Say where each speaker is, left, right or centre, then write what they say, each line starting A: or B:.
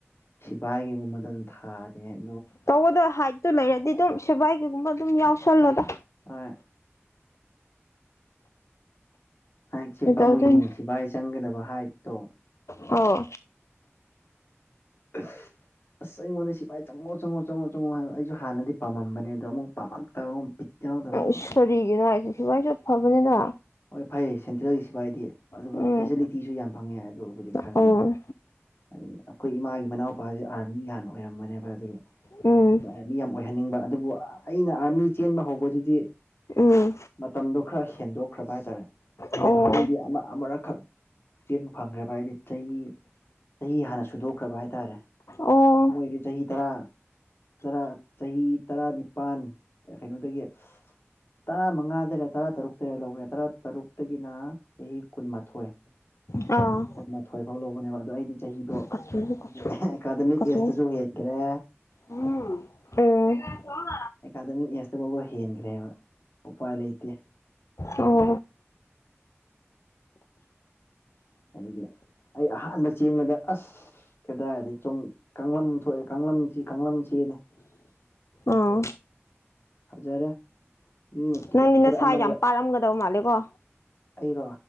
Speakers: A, on the left; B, on the left.
A: ꯁꯤꯕꯥꯏꯒꯤꯒꯨꯝꯕꯗ ꯑꯗꯨꯝ ꯊꯥꯔꯦ ꯍꯥꯏꯅ
B: ꯇꯧꯕꯗ ꯍꯥꯏꯠꯇꯣ ꯂꯩꯔꯗꯤ ꯑꯗꯨꯝ ꯁꯦꯕꯥꯏ ꯀꯩꯒꯨꯝꯕ ꯑꯗꯨꯝ ꯌꯥꯎꯁꯜꯂꯣꯗ
A: ꯑꯣꯏ ꯍꯥꯏꯛꯁꯦ
B: ꯀꯩꯗꯧꯗꯣꯏꯅꯣ
A: ꯄꯥꯝꯃꯨꯒꯤꯅꯦ ꯁꯤꯚꯥꯏ ꯆꯪꯒꯗꯕ ꯍꯥꯏꯛꯇꯣ
B: ꯑꯣ
A: ꯑ ꯑꯁ ꯑꯩꯉꯣꯟꯗ ꯁꯤꯐꯥꯏ ꯆꯪꯉꯣ ꯆꯪꯉꯣ ꯆꯪꯉꯛꯑꯣ ꯆꯪꯉꯣ ꯑꯩꯁꯨ ꯍꯥꯟꯅꯗꯤ ꯄꯥꯝꯃꯝꯕꯅꯦ ꯑꯣ ꯑꯃꯨꯛ ꯄꯥꯝꯃꯛꯇꯕ ꯑꯃꯨꯛ ꯌꯥꯎꯗꯕ ꯑꯃꯨꯛ
B: ꯏꯁꯣꯔꯤꯒꯤꯅ ꯑꯩꯁꯨꯦ ꯍꯋꯥꯏꯁꯨꯠ ꯐꯕꯅꯤꯅ
A: ꯍꯣꯏ ꯐꯩ ꯁꯦꯟꯇ꯭ꯔꯦꯜꯒꯤ ꯁꯤꯐ ꯍꯥꯏꯗꯤ ꯑꯗꯨꯒ
B: ꯎꯝ
A: ꯐꯦꯁꯤꯂꯤꯇꯤꯁꯨ ꯌꯥꯝ ꯐꯪꯉꯦ ꯑꯗꯨꯕꯨꯗꯤ
B: ꯑꯣ
A: ꯈꯪꯉꯤꯅ ꯑꯗꯒꯤ ꯑꯩꯈꯣꯏ ꯏꯃꯥꯒꯤ ꯃꯅꯥꯎꯄꯥꯁꯦ ꯑꯥꯔꯃꯤ ꯍꯥꯟꯅ ꯑꯣꯏꯔꯝꯕꯅꯦꯕ ꯑꯗꯒꯤ
B: ꯎꯝ
A: ꯗ ꯑꯥꯔꯃꯤ ꯌꯥꯝ ꯑꯣꯏꯍꯟꯅꯤꯡꯕ ꯑꯗꯨꯕꯨ ꯑꯩꯅ ꯑꯥꯔꯃꯤ ꯆꯦꯟꯕ ꯍꯧꯕꯗꯨꯗꯤ
B: ꯎꯝ
A: ꯃꯇꯝꯗꯣ ꯈꯔ ꯍꯦꯟꯗꯣꯛ ꯈ꯭ꯔꯕ ꯍꯥꯏꯇꯥꯔꯦ ꯑꯩꯅ
B: ꯑꯣ
A: ꯑꯩꯗꯤ ꯑꯃ ꯑꯃꯨꯔꯛꯈꯛ ꯆꯦꯟꯕ ꯐꯪꯈ꯭ꯔꯦꯕ ꯍꯥꯏꯗꯤ ꯆꯍꯤ ꯆꯍꯤ ꯍꯥꯟꯅ ꯁꯨꯗꯣꯛꯈ꯭ꯔꯕ ꯍꯥꯏꯇꯥꯔꯦ
B: ꯑꯣ
A: ꯃꯣꯏꯗꯤ ꯆꯍꯤ ꯇꯔꯥ ꯔꯥ ꯆꯍꯤ ꯇꯔꯥꯅꯤꯄꯥꯜ ꯀꯩꯅꯣꯗꯒꯤ ꯇꯔꯥꯃꯉꯥꯗꯔ ꯇꯔꯥ ꯇꯔꯨꯛꯇꯔ ꯂꯧꯔꯦ ꯇꯔꯥꯇꯔꯨꯛꯇꯒꯤꯅ ꯆꯍꯤ ꯀꯨꯟꯃꯥꯊꯣꯏ
B: ꯑꯥ
A: ꯀꯨꯟꯃꯥꯊꯣꯏ ꯐꯥꯎ ꯂꯧꯕꯅꯦꯕ ꯑꯣ ꯑꯩꯒꯤ ꯆꯍꯤꯗꯣ
B: ꯀꯆꯨ
A: ꯑꯩꯒꯤ
B: ꯀꯆꯨ
A: ꯑꯦꯀꯥꯗꯃꯤꯛ
B: ꯀꯆꯨ
A: ꯑꯦꯖꯇꯁꯨ ꯍꯦꯟꯜꯂꯤ ꯀ꯭ꯔꯦ
B: ꯎꯝ ꯎꯝ
A: ꯑꯦꯀꯥꯗꯃꯤꯛ ꯑꯦꯖꯇ ꯐꯥꯎꯕ ꯍꯦꯟꯈ꯭ꯔꯦꯕ ꯎꯄꯥꯏ ꯂꯩꯇꯦ
B: ꯑꯣ
A: ꯑꯗꯒꯤ ꯑꯩ ꯑꯍꯥꯟꯕ ꯆꯦꯟꯕꯗ ꯑꯁ ꯀꯩꯗꯥ ꯍꯥꯏꯔꯗꯤ ꯆ ꯀꯥꯡ ꯊꯣꯛꯑꯦ ꯀꯥꯡꯁꯤ ꯀꯥꯡꯁꯤꯅꯦ
B: ꯑꯥ
A: ꯐꯖꯔꯦ ꯃꯤꯅ ꯀꯤꯂꯣꯃꯤꯇꯔ
B: ꯅꯪꯗꯤ ꯅꯁꯥ
A: ꯑꯃꯒ
B: ꯌꯥꯝ ꯄꯥꯔꯝꯒꯗꯧ ꯃꯥꯜꯂꯦꯀꯣ
A: ꯑꯩꯔꯣ